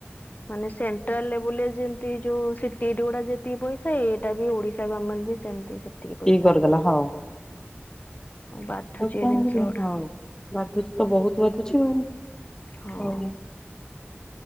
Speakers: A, on the left; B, on the left.
A: ମାନେ ସେଣ୍ଟ୍ରାଲ ଲେବୁଲରେ ଯେମିତି ଯୋଉ ସିଟି ଇଟି ଗୁରା ଯେତିକି ପଇସା ଏଇଟା ବି ଓଡିଶା ଗମେଣ୍ଟ ବି ସେମିତି ସେତିକି ପଇସା
B: କରିଦେଲା
A: କରୁଛି।
B: ହଉ
A: ବାଧୁଛି
B: ଆଉ କଣ
A: ଏ ଜିନିଷ
B: କରିବ
A: ଗୁଡା
B: ହଉ ବାଧୁଛି ତ ବୋହୁତ ବାଧୁଛି ଆଉ
A: ହଁ।
B: ହୋଉ।